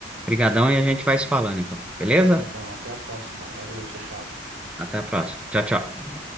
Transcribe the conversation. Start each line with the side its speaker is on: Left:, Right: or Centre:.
Centre: Obrigadão e a gente vai se falando, então. Beleza?
Right: Tá bom então, até a próxima. Valeu, tchau, tchau.
Centre: Até a próxima. Tchau, tchau.